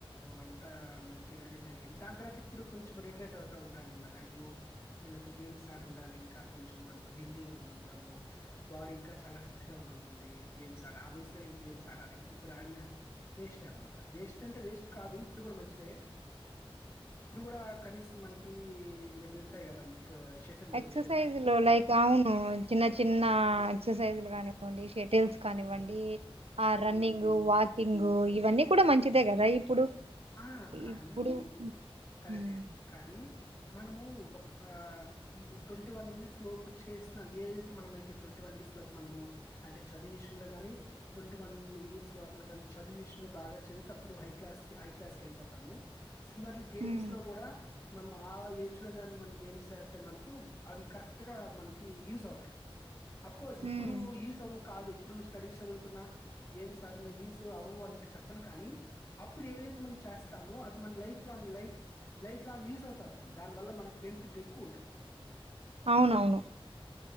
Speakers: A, on the left; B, on the right.
A: అంత మంచిగానే జరిగింది. దాన తర్వాత ఇప్పుడు కొంచెం రిగ్రెట్ అవుతా ఉంటాన్ అన్మాట. అయ్యో నేన్ ఇప్పుడు గేమ్స్ ఆడి ఉండాలి ఇంకా కొంచెం మనకు హెల్తీ గా ఉన్ ఉంటాము బాడీ ఇంకా చాలా ఫిట్ గా ఉన్ ఉంటుంది గేమ్స్ ఆ ఆ వయస్లో గేమ్స్ ఆడాలి ఇంకా ఇప్పుడ్ ఆడిన వేస్ట్ అన్మాట. వేస్ట్ అంటే వేస్ట్ కాదు ఇప్పుడు కూడా మంచిదే. ఇప్పుడు కూడా కనీసం మనకి ఇవి ఉంటాయి కదా. మనకి షటిల్
B: ఎక్సర్సైజ్
A: ష
B: లైక్ అవును చిన్న చిన్న ఎక్సాసైజ్ కానివ్వండి షటిల్స్ కానివ్వండి ఆ రన్నింగ్
A: హ్మ్. హ్మ్.
B: వాకింగ్ ఉ ఇవన్నీ కూడా మంచిదే కదా ఇప్పుడు
A: ఆ కానీ
B: ఇప్పుడు
A: కరెక్టే
B: ఉమ్,
A: కానీ మనము ఒక ఈ ట్వంటీ వన్ ఇయర్స్ లోపు చేస్నవి ఏదైతే మనమ్మైతే ట్వన్ వన్ ఇర్స్ లో మనము అంటే చదువ్ విషయంలో గాని ట్వంటీ వన్ ఇయర్స్ లోపల గాని చదు విషయంలో బాగా చదివితే అప్పుడు హై క్లాస్ క హై క్లాస్ కి ఏళ్ళిపోతాము. సిమ్లర్లీ గేమ్స్
B: ఉమ్,
A: లో కూడా మనం ఆ ఏజ్ లో కానీ మనం గేమ్స్ ఆడితే మన్కు అవి కరెక్ట్గా మనకి యూజ్ అవుతాయి. అఫ్ కోర్స్ ఇప్పుడు
B: ఉమ్.
A: ఈ స కాదు ఇప్పుడు స్టడీస్ చదువుకున్న గేమ్స్ ఆడిన ఈజ్ అవ్వవు అనికి చెప్పను కానీ ఇప్పుడు ఏదైతే మనం చేస్తామో అది మన్ lifelong life lifelong use అవుతాదది దాని వాళ్ళ మక్ బెన్ఫిట్ ఎక్కువుంటది
B: అవునవును